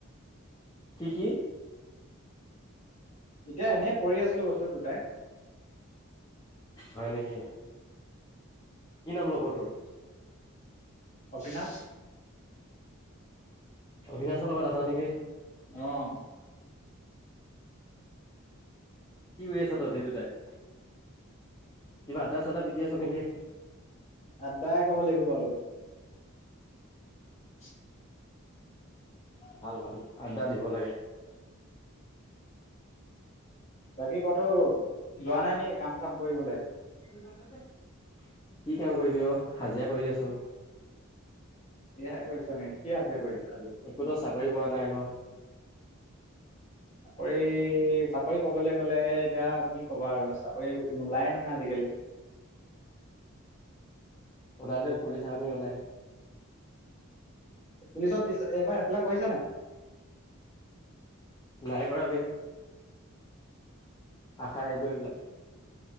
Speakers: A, on the left (about 20°); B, on the left (about 35°).
A: কি কি?
B: এতিয়া এনেই পৰি আছিলোঁ বস্তু দুটাই।
A: হয় নেকি, কি নাম লগৰটোৰ?
B: অবিনাশ।
A: অবিনাশৰ লগত আছা নেকি?
B: অ'।
A: কি কৰি আছ তহঁতে দুটাই? কিবা আড্ডা চাড্ডা পিতি আছ নেকি?
B: আড্ডাই ক'ব লাগিব আৰু। <inaudible>
A: ভাল ভাল, আড্ডা দিব লাগে।
B: বাকী ক'তো যোৱা নাই নেকি কাম চাম কৰিবলে?
A: কি কাম কৰিবি আৰু, হাজিৰা কৰি আছোঁ।
B: কিহে কৰিছ নেকি, কি হাজিৰা কৰিছ আজি?
A: ক'তো চাকৰি পোৱা নাই ন'।
B: চাকৰি, চাকৰি কবলৈ গ'লে এতিয়া কি ক'বা আৰু চাকৰি নোলায় নহয় আজিকালি।
A: ওলালেও পুলিচ আৰ্মি ওলায়।
B: পুলিচত দি এইবাৰ এপ্লাই কৰিছা নাই?
A: নাই কৰা বে। আশা এৰিলোঁ এইবিলাক।